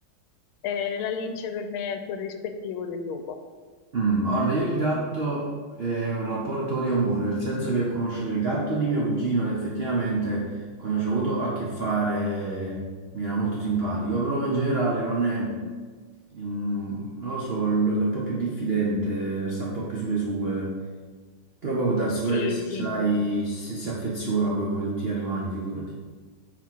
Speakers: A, on the left (about 80°); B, on the right (about 80°).
A: Eh, la lince per me è il corrispettivo del lupo.
B: eh. Mm, guarda, io il gatto è un rapporto di amore, nel senso che ho conosciuto il gatto di mio cugino ed effettivamente quando ci ho avuto a che fare mi era molto simpatico, però in generale non è,
A: Mm.
B: mm, non lo so, lo vedo un po' più diffidente, sta un po' più sulle sue, però poi può darsi
A: Sì,
B: pure che se
A: sì,
B: ce l'hai,
A: sì.
B: se si affeziona poi come tutti gli animali, figurati.